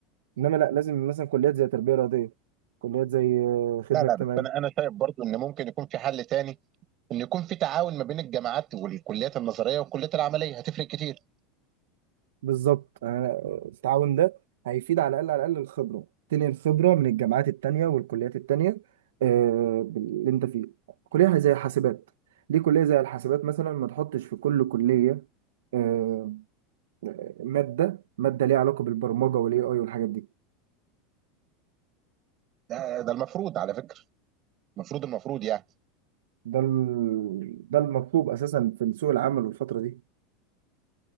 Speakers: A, on the right (about 85°); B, on the right (about 45°).
A: انما لا لازم مثلا كليات زي تربيه رياضيه كليات زي آه، خدمه
B: لا لا
A: اجتماعيه
B: بس انا انا شايف برضو ان ممكن يكون في حل تاني ان يكون في تعاون ما بين الجامعات والكليات النظريه والكليات العمليه هتفرق كتير
A: بالظبط أنا- التعاون ده هيفيد على الأقل على الأقل الخبرة تنقل الخبرة من الجامعات التانية والكليات التانية آه، اللي أنت فيه كلية زي حاسبات ليه كلية زي الحاسبات مثلا ما تحطش في كل كلية آه، مادة مادة ليها علاقة بالبرمجة والاي اي والحاجات دي
B: ده, ده المفروض على فكره المفروض المفروض يعني
A: ده ال- ده المطلوب أساسا في سوق العمل والفترة دي